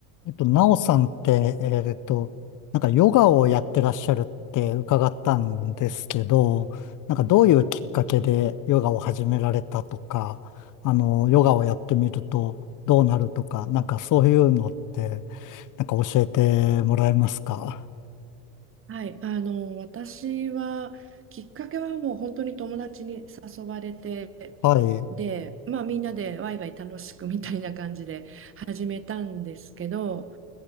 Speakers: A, on the left; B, on the right.
A: えっと、なおさんって、えっと、なんかヨガをやってらっしゃるって伺ったんですけど、なんかどういうきっかけでヨガを始められたとか、あの、ヨガをやってみるとどうなるとか、なんかそういうのって、なんか教えてもらえますか
B: はい、あの、私は、きっかけはもう本当に友達に誘われて、
A: はい。
B: で、まあみんなでワイワイ楽しくみたいな感じで始めたんですけど、